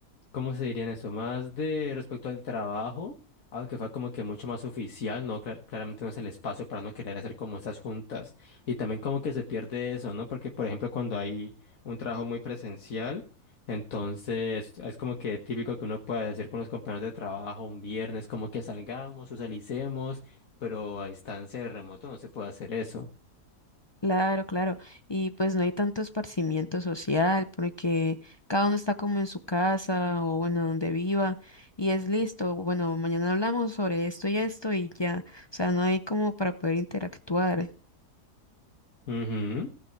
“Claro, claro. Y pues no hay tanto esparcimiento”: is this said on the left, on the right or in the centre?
Left